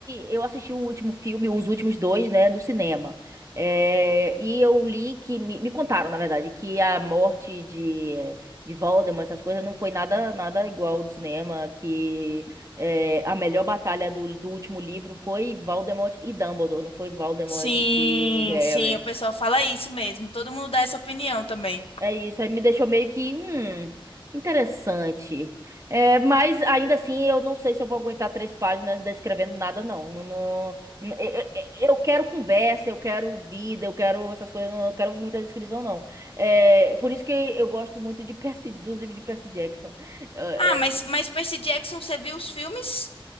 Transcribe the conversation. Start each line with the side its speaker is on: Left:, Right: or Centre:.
Right: eu assisti o último filme, os últimos dois, né, no cinema. É, e eu li que me, me contaram, na verdade, que a morte de, de Voldemort, essas coisas, não foi nada nada igual do cinema, que é, a melhor batalha do, do último livro foi Voldemort e Dumbledore, não foi Voldemort
Left: Sim,
Right: e Harry.
Left: sim, o pessoal fala isso mesmo. Todo mundo dá essa opinião também.
Right: É isso, aí me deixou meio que, hum, interessante. É, mas ainda assim, eu não sei se eu vou aguentar três páginas descrevendo nada, não. Não, não- não- eu, eu- eu quero conversa, eu quero vida, eu quero essas coisas, não, eu quero muita descrição, não. É, por isso que eu gosto muito de <laughs> Percy, do livro de Percy Jackson. É,
Left: Ah, mas,
Right: é,
Left: mas Percy Jackson, você viu os filmes?